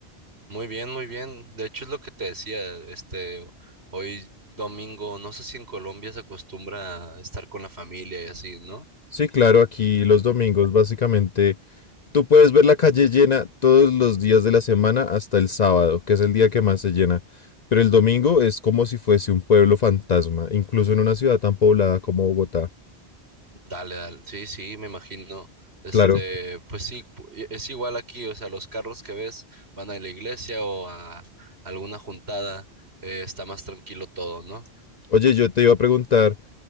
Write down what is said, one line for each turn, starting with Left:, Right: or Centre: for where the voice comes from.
Right: Muy bien, muy bien. De hecho, es lo que te decía, este, hoy domingo, no sé si en Colombia se acostumbra a estar con la familia y así, ¿no?
Left: Sí, claro, aquí los domingos básicamente tú puedes ver la calle llena todos los días de la semana hasta el sábado, que es el día que más se llena. Pero el domingo es como si fuese un pueblo fantasma, incluso en una ciudad tan poblada como Bogotá.
Right: Dale, dale. Sí, sí, me imagino. Este,
Left: Claro.
Right: pues sí, pu- e- es igual aquí, o sea, los carros que ves van a la iglesia o a alguna juntada, eh, está más tranquilo todo, ¿no?
Left: Oye, yo te iba a preguntar,